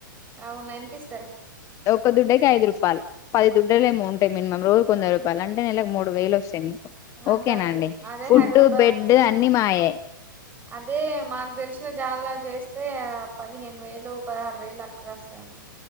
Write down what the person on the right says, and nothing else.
అవునా ఎంత ఇస్తారు.
అద్దు
అద్దు అదే
హైదరాబాద్
అదే మాకు తెలిసిన జాన్ ల చేస్తే పదిహేను వేలు పదహారు వేలు అక్కడ వస్తాయండి.